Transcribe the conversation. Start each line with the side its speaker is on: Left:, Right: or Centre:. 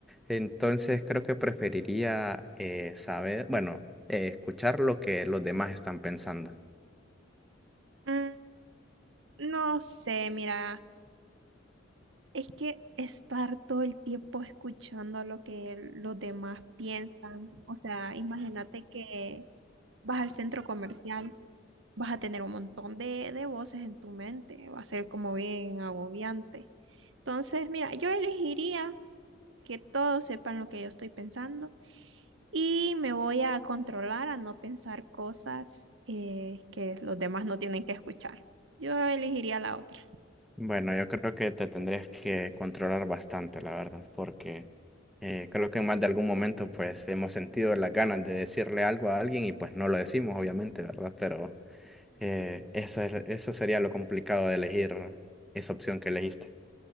Centre: Entonces creo que preferiría eh, saber, bueno, eh, escuchar lo que los demás están pensando.
Right: Mm, No sé, mira, es que estar todo el tiempo escuchando lo que los demás piensan, o sea, imagínate que vas al centro comercial, vas a tener un montón de, de voces en tu mente, va a ser como bien agobiante. Entonces, mira, yo elegiría que todos sepan lo que yo estoy pensando y me voy a controlar a no pensar cosas eh, que los demás no tienen que escuchar. Yo elegiría la otra.
Centre: Bueno, yo creo que te tendrías que controlar bastante, la verdad, porque eh, creo que en más de algún momento pues hemos sentido las ganas de decirle algo a alguien y pues no lo decimos, obviamente, ¿verdad? Pero eh, eso es- eso sería lo complicado de elegir esa opción que elegiste.